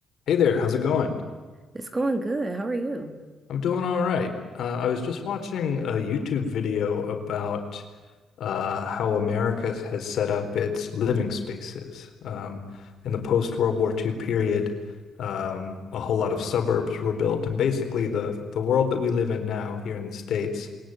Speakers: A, on the left; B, on the right.
A: Hey there, how's it going?
B: It's going good. How are you?
A: I'm doing all right. Uh, I was just watching a YouTube video about uh, how America has set up its living spaces. Um, in the post-World War II period, um, a whole lot of suburbs were built, and basically the the world that we live in now here in the States